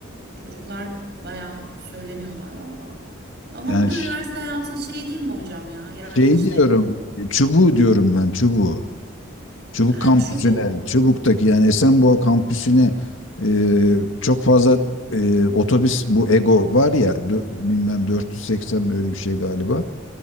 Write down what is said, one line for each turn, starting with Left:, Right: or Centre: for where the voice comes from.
Right: Çocuklar bayağı söyleniyorlar valla. Ama
Left: Yani
Right: bu da
Left: ş-
Right: üniversite hayatının şeyi değil mi hocam ya? Yani
Left: şey
Right: işte
Left: diyorum, çubuğu diyorum ben, çubuğu. Çubuk
Right: ha
Left: kampüsüne,
Right: şu bu.
Left: Çubuk'taki yani Esenboğa kampüsüne e, çok fazla e, otobüs bu Ego var ya dö- bilmem 480 böyle bir şey galiba.